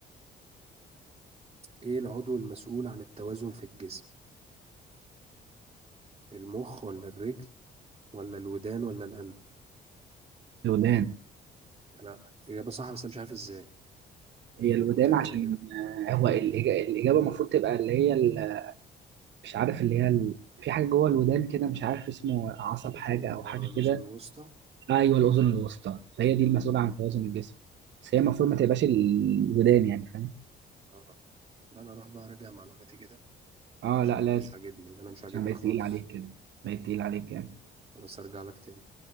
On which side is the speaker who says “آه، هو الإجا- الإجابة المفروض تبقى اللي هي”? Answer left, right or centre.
Right